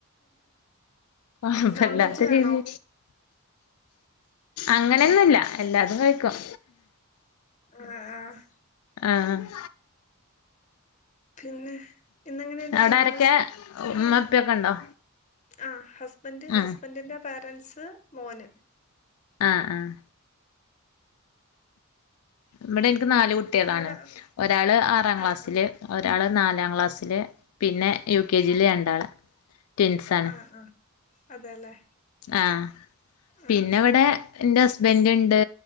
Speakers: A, on the left; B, on the left.
A: കൊയപ്പല്ലാത്ത
B: നോൺ വെജ് വേണോ
A: രീതി അങ്ങനെന്നുല്ല എല്ലാതും കഴിക്കും
B: ആഹ് ആഹ്
A: ആഹ്
B: പിന്നെ ഇന്നെങ്ങനെയുണ്ട്
A: അവിടെ
B: കാലാവസ്ഥ
A: ആരൊക്കെ ഉമ്മ ഇപ്പക്കെ ഉണ്ടോ
B: ആ ഹസ്ബൻ്റ്
A: ആ
B: ഹസ്ബഡിൻ്റെ പേരൻ്റ്സ് മോന്
A: ആഹ് ആഹ് ഇവിടെ എനിക്ക് നാല് കുട്ടികളാണ്
B: അവിടെ ആഹ്
A: ഒരാള് ആറാം ക്ലാസ്സില്
B: ആഹ്
A: ഒരാള് നാലാം ക്ലാസ്സില് പിന്നെ യു കെ ജിൽ രണ്ടാള് ട്വിൻസാണ്
B: ആഹ് ആഹ് അതെല്ലേ
A: ആഹ്
B: ആഹ്
A: പിന്നെവിടെ എന്റെ ഹസ്ബന്റ്ണ്ട്